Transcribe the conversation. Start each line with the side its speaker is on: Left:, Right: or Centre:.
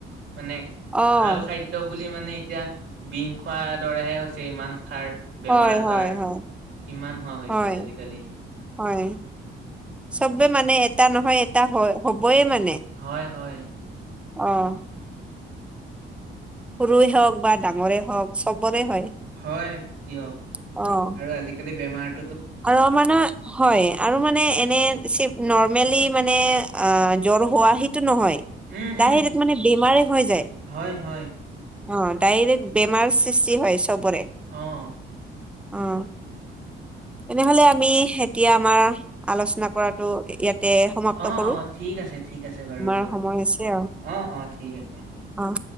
Right: মানে
Centre: অ',
Right: ভাল খাদ্য বুলি মানে এতিয়া বিষ খোৱাৰ দৰেহে হৈছে ইমান সাৰ বেমাৰ
Centre: হয়,
Right: আজাৰ
Centre: হয়,
Right: ধৰ
Centre: হয়,
Right: কিমান হোৱা হৈছে
Centre: হয়,
Right: আজিকালি।
Centre: হয় চবে মানে এটা নহয় এটা হ'বইে মানে
Right: হয় হয়।
Centre: অ'। সৰুই হওঁক বা ডাঙৰে হওঁক চবৰে। হয়।
Right: হয় দিয়ক
Centre: অ',
Right: আৰু আজিকালি বেমাৰ
Centre: আৰু মানে হয় আৰু মানে এনে চ ন মেলি মানে অ', জ্বৰ হোৱা নহয়
Right: উম
Centre: ডাৰেক্ট
Right: উম
Centre: মানে বেমাৰেই হৈ যায়।
Right: হয় হয়
Centre: অ' ডাইৰেক্ট বেমাৰ সৃষ্টি হয়। চবৰে।
Right: আহ।
Centre: অ'। তেনেহ'লে আমি এতিয়া আমাৰ আলোচনা কৰাটো ইয়াত তে সমাপ্ত
Right: অ
Centre: কৰো
Right: অ
Centre: তোমাৰ
Right: ঠিক আছে ঠিক আছে বাৰু দিয়ক
Centre: সময় আছে আৰু।
Right: অ অ ঠিক আছে
Centre: অ'।